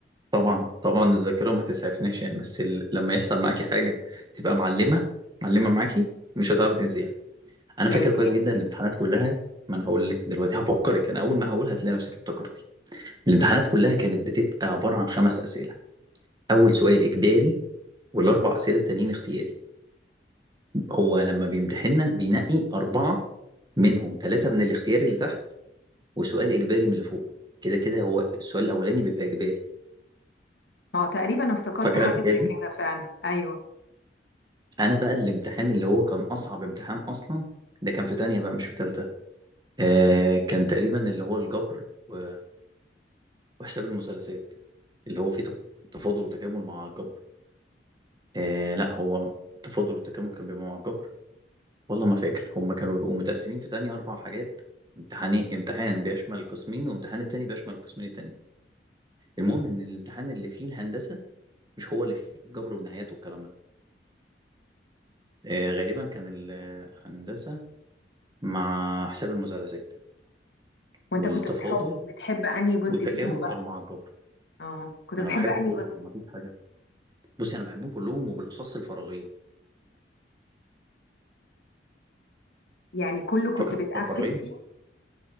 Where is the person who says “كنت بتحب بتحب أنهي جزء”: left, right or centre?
Left